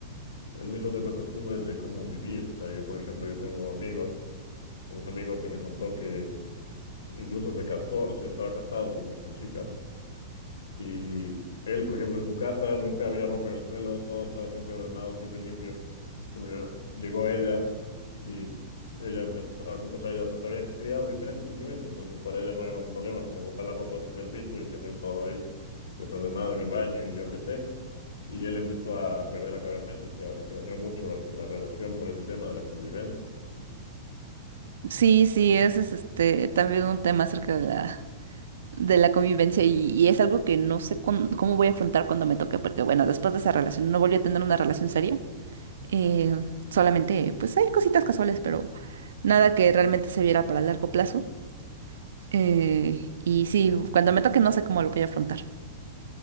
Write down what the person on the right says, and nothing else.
Sí, sí, ese es este también un tema acerca de la de la convivencia y, y es algo que no sé cuán- cómo voy a afrontar cuando me toque, porque bueno, después de esa relación no volví a tener una relación seria Eh, solamente, pues hay cositas casuales, pero nada que realmente se viera para largo plazo. Eh, y
sí,
cuando me toque no sé cómo lo voy a afrontar.